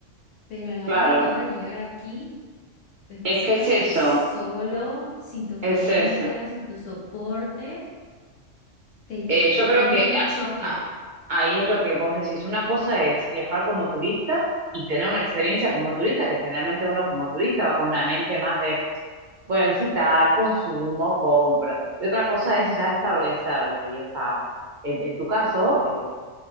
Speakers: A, on the left; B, on the right.
A: pero a la
B: Claro.
A: hora de la hora de llegar aquí, especialmente
B: Es que es eso.
A: solo, sin tu familia,
B: Es eso.
A: sin tu soporte, te-
B: Eh, yo
A: para
B: creo
A: mí
B: que
A: fue un
B: a-
A: choque.
B: a- ahí es lo que vos decís. Una cosa es viajar como turista y tener una experiencia como turista, que generalmente uno como turista va con una mente más de voy a visitar, consumo, compro. Y otra cosa
A: Ujú,
B: es ya establecerte y estar. En, en tu caso, eh,